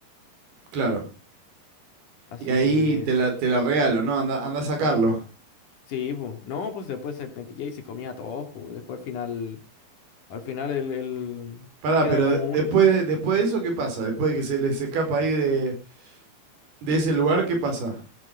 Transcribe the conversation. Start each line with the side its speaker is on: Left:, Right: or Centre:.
Right: Claro.
Left: Así
Right: Y ahí
Left: que
Right: te
Left: s-
Right: la, te la regalo, ¿no? Anda, anda a sacarlo.
Left: sí, pues. No, pues después se metía y se comía a todos, pues. Después al final, al final el, el-
Right: Pará,
Left: queda
Right: pero
Left: como
Right: de- después
Left: un...
Right: de, después de eso, ¿qué pasa? Después de que se les escapa ahí de, de ese lugar, ¿qué pasa?